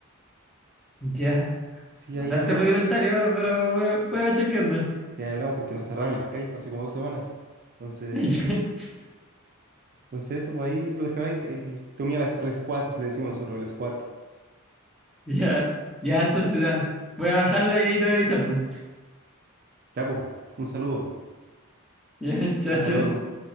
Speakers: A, in the centre; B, on the right (about 40°).
A: Ya.
B: Sí,
A: Bastante
B: ahí hablamos.
A: rudimentario, pero voy a, voy a cachar qué onda.
B: Sí, ahí hablamos porque nos cerraron el Skype hace como dos semanas. Entonces,
A: <laughs>
B: entonces eso, pues ahí lo descargáis y te uní al, al squad, le decimos nosotros, el squad.
A: <laughs> Ya, ya, entonces ya. Voy a bajarlo y ahí te voy a avisar, pues.
B: Ya, pues, un saludo.
A: Ya, <laughs> chao,
B: Hasta
A: chao.
B: luego.